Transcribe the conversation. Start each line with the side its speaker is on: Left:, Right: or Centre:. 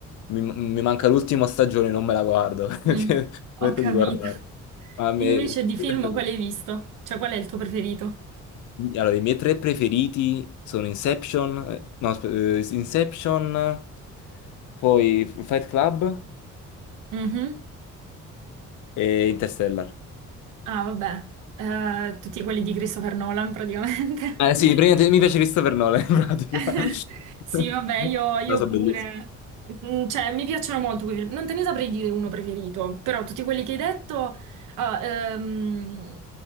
Left: mi, mi manca l'ultima stagione e non me la guardo <laughs> perché
Right: Mm. Ho
Left: smetto
Right: capito.
Left: di guardarla.
Right: <laughs>
Left: Ma a me
Right: Invece
Left: succede
Right: di film,
Left: sempre
Right: quale
Left: così.
Right: hai visto? Cioè, qual è il tuo preferito?
Left: Allora, i miei tre preferiti sono Inception, eh, no, aspe- eh, Inception, poi Fight Club
Right: Mhm.
Left: e Interstellar.
Right: Ah, vabbè. Eh, tutti quelli di Christopher Nolan, praticamente.
Left: Eh sì, praticamente mi piace Christopher Nolan in pratica.
Right: <laughs> Sì,
Left: <laughs>
Right: vabbè, io, io
Left: No, so
Right: pure.
Left: bellissimo.
Right: Mm, Cioè, mi piacciono molto quei film. Non te ne saprei dire uno preferito, però tutti quelli che hai detto, ah, ehm,